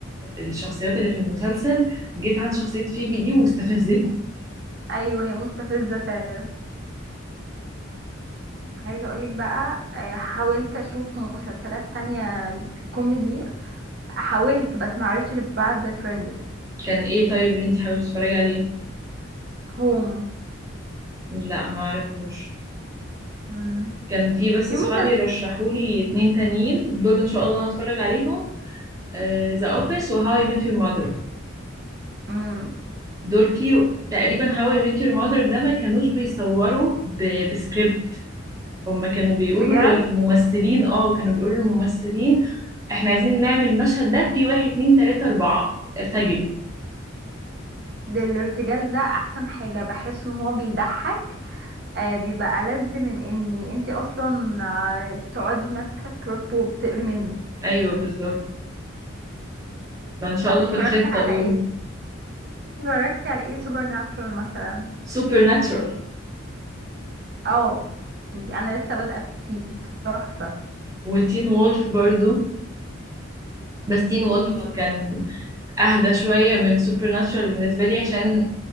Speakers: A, on the right; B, on the right.
A: الشخصيات اللي في المسلسل جيت عن شخصية فيبي دي واستفزتني
B: ايوه هي مستفزه فعلا عايزة اقولك بقى آه، حاولت اشوف مسلسلات تانية كوميدي حاولت بس معرفتش بعد فريندز
A: كان ايه طيب اللي انتي حاولتي تتفرجي عليه
B: هوم
A: لا ما اعرفوش
B: امم
A: كان في بس
B: في
A: اصحابي
B: مسلسل
A: رشحولي اتنين تانيين دول ان شاء الله هتفرج عليهم ذا اوفيس وهاو اي ميت يور ماذر
B: مم.
A: دول في تقريبا هاو اي ميت يور ماذر ده ما كانوش بيصوروا ب- بسكريبت هم كانوا بيقولوا
B: بجد
A: للممثلين اه كانوا بيقولوا للممثلين احنا عايزين نعمل المشهد ده في واحد اتنين تلاتة اربعة ارتجلوا
B: ده الارتجال ده احسن حاجة بحس ان هو بيضحك آه بيبقى ألذ من ان انتي اصلا آه تقعدي ماسكة سكريبت وبتقري منه
A: ايوه بالظبط فان شاء
B: طب
A: الله
B: اتفرجتي
A: في الخطة
B: على
A: دول
B: ايه اتفرجتي على ايه سوبر ناتشورال مثلا
A: سوبر ناتشورال
B: اه انا لسه بادئة فيه تحفة
A: وتين وولف برضو بس تين وولف
B: تين وولف
A: كان اهدى شوية من سوبر ناتشورال بالنسبة لي عشان